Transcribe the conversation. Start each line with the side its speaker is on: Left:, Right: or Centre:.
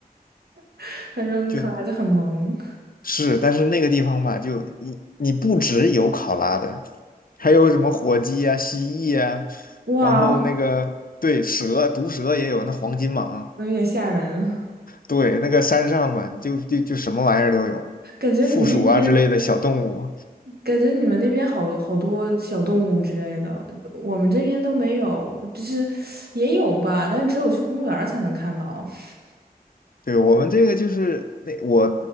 Right: <laughs> 反正考拉就很萌。
Left: 就是，但是那个地方吧，就你你不只有考拉的，还有什么火鸡啊、蜥蜴啊，
Right: 哇，
Left: 然后那个对蛇、毒蛇也有，那黄金蟒，
Right: 有点吓人，
Left: 对，那个山上嘛，就就就什么玩意儿都有，
Right: 感觉你那边，
Left: 负鼠啊之类的小动物。
Right: 感觉你们那边好好多小动物之类的，我们这边都没有，就是也有吧，但是只有去公园儿才能看到。<laughs>
Left: 对，我们这个就是那我